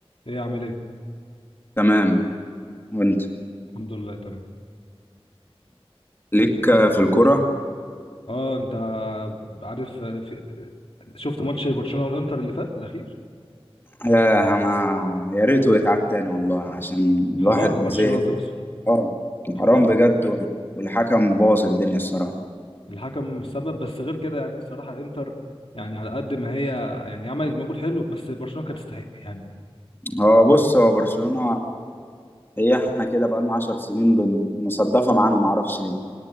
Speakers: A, on the left; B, on the left.
A: ايه عامل ايه
B: تمام وانت
A: الحمد لله تمام
B: ليك في الكرة
A: اه انت عارف في... شفت ماتش برشلونة والانتر اللي فات الاخير
B: يا انا يا ريته يتعاد تاني والله عشان
A: حرام
B: الواحد
A: برشلونة
B: زي
A: تخسر
B: اه
A: حرام
B: حرام بجد وال- والحكم باظ الدنيا الصراحة
A: الحكم السبب بس غير كده يعني الصراحة انتر يعني على قد ما هي يعني عملت مجهود حلو بس برشلونة كانت تستحق يعني
B: هو بص هو برشلونة هي احنا كده بقالنا 10 سنين بن- مصدفة معانا معرفش ليه